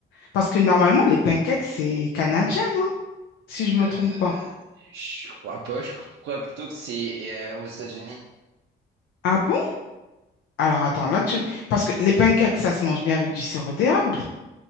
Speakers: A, on the left (about 80°); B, on the right (about 75°).
A: parce que normalement les pancakes c'est canadien, non? Si je me
B: Euh,
A: trompe pas.
B: je crois pas. Je crois plutôt que c'est euh, aux États-Unis.
A: Ah bon? Alors attends, là tu parce que les pancakes ça se mange bien avec du sirop d'érable.